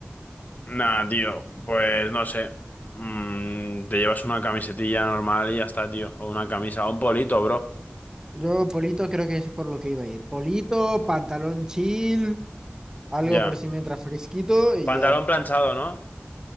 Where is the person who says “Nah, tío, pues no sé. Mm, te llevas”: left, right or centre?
Left